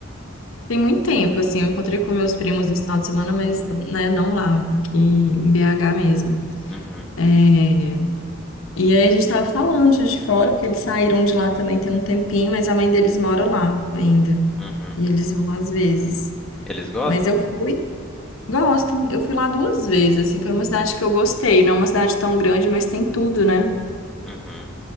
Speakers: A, on the left; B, in the centre.
A: Tem muito tempo, assim, eu encontrei com meus primos esse final de semana, mas, né, não lá, aqui em BH mesmo.
B: Uhum,
A: É, E aí a gente tava falando de Juiz de Fora, porque eles saíram de lá também tem um tempinho, mas a mãe deles mora lá ainda.
B: uhum.
A: E eles vão às vezes.
B: Eles gostam?
A: Mas eu fui Gosto. Eu fui lá duas vezes, assim, foi uma cidade que eu gostei. Não é uma cidade tão grande, mas tem tudo, né?
B: Uhum.